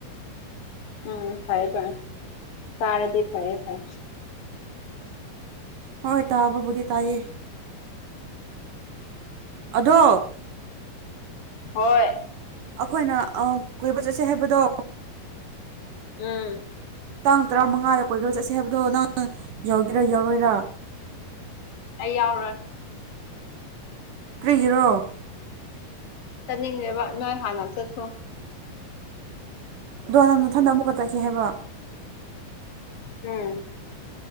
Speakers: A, on the left; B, on the right.
A: ꯎꯝ ꯐꯔꯦ ꯐꯔ ꯇꯔꯥꯗꯤ ꯐꯔꯌꯦꯦ ꯐꯔ
B: ꯍꯣꯏ ꯇꯥꯕꯣꯕꯨꯗꯤ ꯇꯥꯏꯌꯦ ꯑꯗꯣ
A: ꯍꯣꯏ
B: ꯑꯩꯈꯣꯏꯅ ꯑ ꯀꯣꯏꯕ ꯆꯠꯁꯦ ꯍꯥꯏꯕꯗꯣ
A: ꯎꯝ
B: ꯇꯥꯡ ꯇꯔꯥꯃꯉꯥꯗ ꯀꯣꯏꯕ ꯆꯠꯁꯦ ꯍꯥꯏꯕꯗꯣ ꯅꯪ ꯌꯥꯎꯒꯦꯔꯥ ꯌꯥꯎꯔꯣꯏꯔꯥ
A: ꯑꯩ ꯌꯥꯎꯔꯣꯏ
B: ꯀ꯭ꯔꯤꯒꯤꯔꯣ
A: ꯆꯠꯅꯤꯡꯗꯦꯕ ꯅꯣꯏ ꯍꯥꯟꯅ ꯆꯠꯈ꯭ꯔꯣ
B: ꯑꯗꯣ ꯅꯪ ꯅꯊꯟꯗ ꯑꯃꯨꯛꯀ ꯆꯠꯁꯦ ꯍꯥꯏꯕ
A: ꯎꯝ